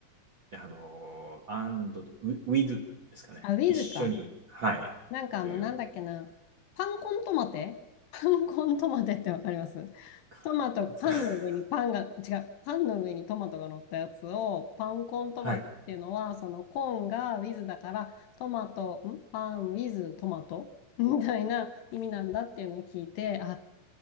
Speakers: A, on the right; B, on the left.
A: あの、and, with ですかね。
B: あ、ウィズか。
A: 一緒に、はい、
B: なんかあの、
A: という
B: なんだっけな。
A: <laughs>
B: パンコントマテ <laughs> パンコントマテってわかります
A: 感じ。
B: トマト、パンの上にパンが、
A: <laughs>
B: 違う、パンの上にトマトが乗ったやつを、パンコントマトっていうのは、
A: はい、
B: そのコーンが with だから、トマト、んパン with トマトみたいな意味なんだっていうのを聞いて、あ、